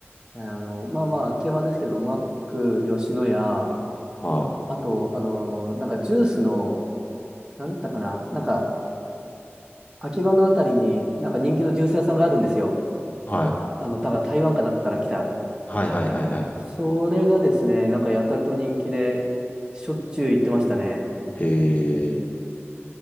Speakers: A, on the right; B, on the left.
A: あの、まあまあ、定番ですけど、マック、吉野家、
B: は
A: あと、あの、なんかジュースの、なんだったかな、なんか、秋葉のあたりになんか人気のジュース屋さんがあるんですよ。
B: い。はい。
A: あの、だから台湾かなんかから来た。
B: はいはいはいはい。
A: それがですね、なんかやたらと人気で、しょっちゅう行ってましたね。
B: へえ、